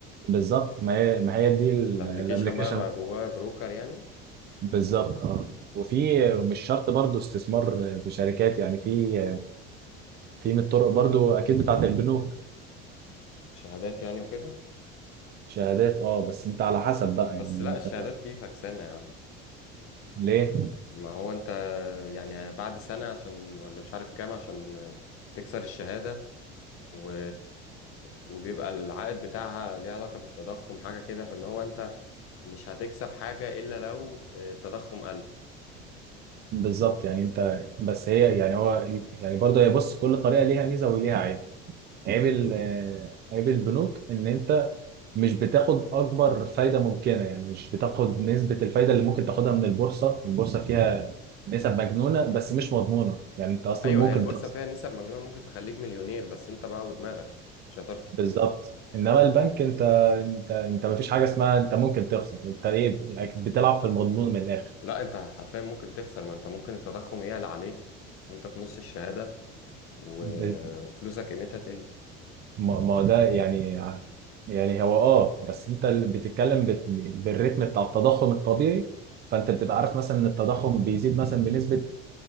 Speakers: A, on the right; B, on the left.
A: بالظبط ما هي ما هي دي الابلكيشن
B: الابليكيشن بقى بقى جواه بروكر يعني
A: بالظبط اه وفي مش شرط برضو استثمار في شركات يعني في في من الطرق برضو اكيد بتاعت البنوك
B: شهادات يعني وكده
A: شهادات اه بس انت على حسب بقى يعني
B: بس لا الشهادات
A: انت
B: دي فكسانة يا عم
A: ليه
B: ما هو انت يعني بعد سنة عشان ولا مش عارف كام عشان تكسر الشهادة و... وبيبقى العائد بتاعها ليه علاقة بالتضخم حاجة كده فاللي هو انت مش هتكسب حاجة إلا لو آه، التضخم قل
A: بالظبط يعني انت بس هي يعني هو يعني برضه هي بص كل طريقه ليها ميزه وليها عيب عيب ال- آه، عيب البنوك ان انت مش بتاخد اكبر فايده ممكنه يعني مش بتاخد نسبه الفايده اللي ممكن تاخدها من البورصه البورصه فيها نسب مجنونه بس مش مضمونه يعني انت اصلا
B: أيوة
A: ممكن
B: هي البورصة
A: تخسر
B: فيها نسب مجنونة ممكن تخليك مليونير بس انت بقى ودماغك شطارتك
A: بالظبط انما البنك انت انت انت ما فيش حاجه اسمها انت ممكن تخسر انت ايه بتلعب في المضمون من الاخر
B: لا انت حرفيا ممكن تخسر ما انت ممكن التضخم يعلى عليك وانت في نص الشهادة و...
A: لا
B: وفلوسك قيمتها تقل
A: ما ما ده يعني يعني هو اه بس انت اللي بتتكلم بت- بالريتم بتاع التضخم الطبيعي فانت بتبقى عارف مثلا ان التضخم بيزيد مثلا بنسبة